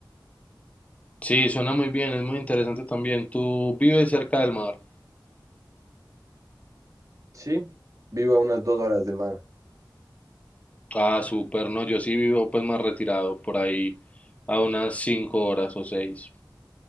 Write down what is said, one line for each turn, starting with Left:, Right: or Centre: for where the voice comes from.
Left: Sí, suena muy bien, es muy interesante también. ¿Tú vives cerca del mar?
Right: Sí, vivo a unas dos horas de mar,
Left: Ah, súper, no, yo sí vivo pues más retirado, por ahí a unas 5 horas o seis.